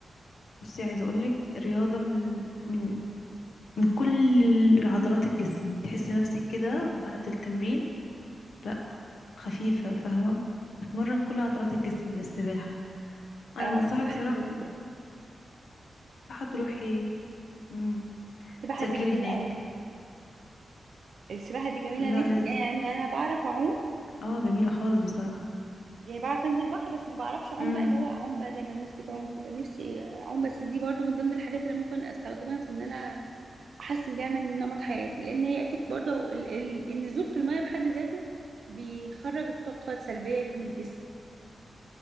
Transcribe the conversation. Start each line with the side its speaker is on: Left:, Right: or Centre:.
Left: بصي عايزة اقولك رياضة من من من كل العضلات الجسم تحسي نفسك كده بعد التمرين لا خفيفة فاهمة بتمرن كل عضلات الجسم للسباحة انا
Right: آه
Left: بنصحك
Right: السباحة
Left: صراحة
Right: دي جميلة
Left: تروحي مم،
Right: السباحة
Left: تسجلي
Right: دي جميلة
Left: هناك
Right: أوي السباحة دي جميلة
Left: لا
Right: نفسي
Left: لازم
Right: آه، يعني أنا بعرف أعوم
Left: اه جميلة خالص بصراحة
Right: يعني بعرف أنزل البحر بس ما بعرفش أعوم
Left: امم
Right: بقى اللي هو أعوم بقى زي ما الناس بتعوم كده نفسي أعوم بس دي برضو من ضمن الحاجات اللي ممكن أستخدمها في إن أنا أحسن بيها من نمط حياتي لأن هي أكيد برضو ال ال النزول في المية في حد ذاته بيخرج الطاقة السلبية اللي من الجسم